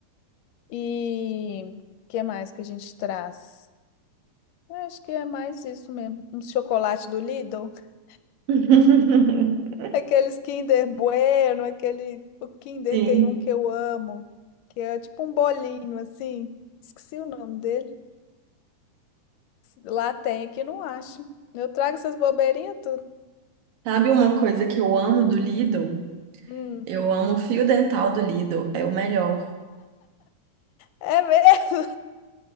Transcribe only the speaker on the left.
E o que mais que a gente traz? Eu Acho que é mais isso mesmo. Um chocolate do Lidl. <laughs>
Aqueles Kinder Bueno, aquele. O Kinder
tem um que eu amo, que é tipo um bolinho assim. Esqueci o nome dele. Lá tem, aqui não acho. Eu trago essas bobeirinhas tudo.
Hum.
É mesmo?